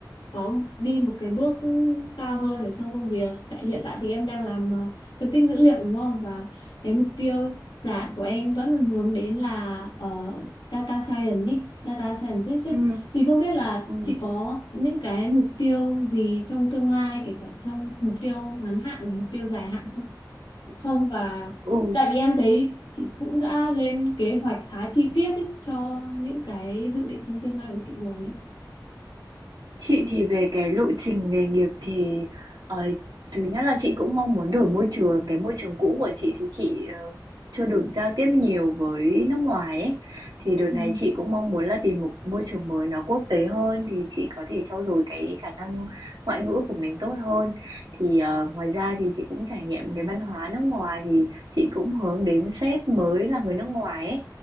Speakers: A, on the left; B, on the right.
A: có đi một cái bước cao hơn ở trong công việc tại hiện tại thì em đang làm ờ, phân tích dữ liệu đúng không và cái mục tiêu dạng của em vẫn là hướng đến là ờ, data science ý, data scientist ấy.
B: Ừ.
A: thì không biết là
B: Ừ.
A: chị có những cái mục tiêu gì trong tương lai kể cả trong mục tiêu ngắn hạn và mục tiêu dài hạn không không và
B: Ừ.
A: tại vì em thấy chị cũng đã lên kế hoạch khá chi tiết ý, cho những cái dự định trong tương lai của chị rồi ấy.
B: Chị thì về cái lộ trình nghề nghiệp thì, ờ, thứ nhất là chị cũng mong muốn đổi môi trường, cái môi trường cũ của chị thì chị, ờ, chưa được giao tiếp nhiều với nước ngoài ấy. Thì đợt
A: Ừ.
B: này chị cũng mong muốn là tìm một môi trường mới nó quốc tế hơn thì chị có thể trau dồi cái khả năng ngoại ngữ của mình tốt hơn. Thì, ờ, ngoài ra thì chị cũng trải nghiệm cái văn hóa nước ngoài thì chị cũng hướng đến sếp mới là người nước ngoài ấy.